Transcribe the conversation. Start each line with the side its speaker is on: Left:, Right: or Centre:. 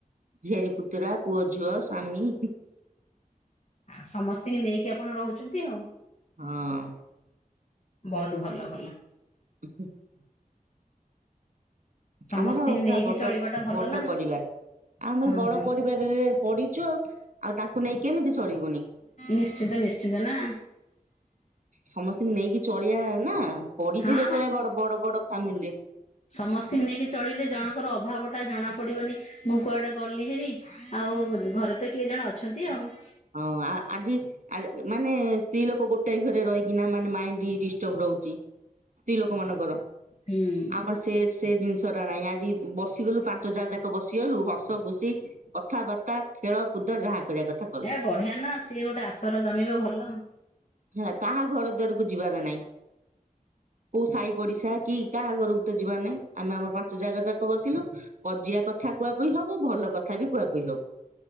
Right: ଝିଆରୀ, ପୁତୁରା, ପୁଅ, ଝୁଅ, ସ୍ୱାମୀ
Left: ସମସ୍ତିଙ୍କି ନେଇକି ଆପଣ ରହୁଛନ୍ତି ଆଉ।
Right: ହଁ
Left: ବୋହୁତ ଭଲ ଭଲ।
Right: <inaudible>
Left: ସମସ୍ତିଙ୍କି
Right: ଆମର ପୁରା
Left: ନେଇକି
Right: ବଡ
Left: ଚଳିବା ଟା ଭଲ
Right: ବଡ
Left: ନା।
Right: ପରିବାର ଆମର୍
Left: ହଁ
Right: ବଡ
Left: ହଁ
Right: ପରିବା <unintelligible> ପଡିଚୁ ଆଉ ଆଉ ତାଙ୍କୁ ନେଇ କେମିତି ଚଳିବୁନି।
Left: ନିଶ୍ଚିନ୍ତ ନିଶ୍ଚିନ୍ତ ନା
Right: ସମସ୍ତଙ୍କୁ ନେଇକି ଚଳିଆ ନା ପଡିଛେ
Left: ହଁ
Right: ଯେତେବେଳେ ବଡ ବଡ ବଡ ଫ୍ୟାମିଲିରେ।
Left: ସମସ୍ତିଙ୍କ ନେଇକି ଚଳିଲେ ଜଣଙ୍କର ଅଭାବ ଟା ଜଣା ପଡିବନି ମୁଁ କୁଆଡେ ଗଲି ହେରି ଆଉ ଘରେ ତ କିଏ ଜଣେ ଅଛନ୍ତି ଆଉ।
Right: ହଁ ଆ ଆଜି ଆ ମାନେ ସ୍ତ୍ରୀ ଲୋକ ଗୋଟାଏ ଘରେ ରହିକିନା ମାନେ ମାଇଣ୍ଡ ଡିଷ୍ଟର୍ବ ରହୁଚି ସ୍ତ୍ରୀ ଲୋକ ମାନଙ୍କର
Left: ହୁଁ
Right: ଆମର ସେ ସେ ଜିନିଷ ଟା ନାହିଁ ଆଜି ବସିଗଲୁ ପାଞ୍ଚ ଜା ଯାକ ବସିଗଲୁ ହସ ଖୁସି। କଥାବାର୍ତ୍ତା ଖେଳକୁଦ ଯାହା କରିବା କଥା କଲୁ
Left: ଯାହଉ ବଢିଆ ନା ସିଏ ଗୋଟେ ଆସର ଜମିବ ଭଲ।
Right: ହେଲା କାହା ଘର ଦୁଆରକୁ ଯିବାର ନାହିଁ। କୋଉ ସାଇ ପଡିଶା କି କାହା ଘରକୁ ତ ଯିବାର ନାଇଁ ଆମେ ଆମର ପାଞ୍ଚ ଯା ଯାକ ବସିଲୁ କଜିଆ କଥା କୁହାକୁହି ହବୁ ଭଲ କଥାବି କୁହାକୁହି ହବୁ।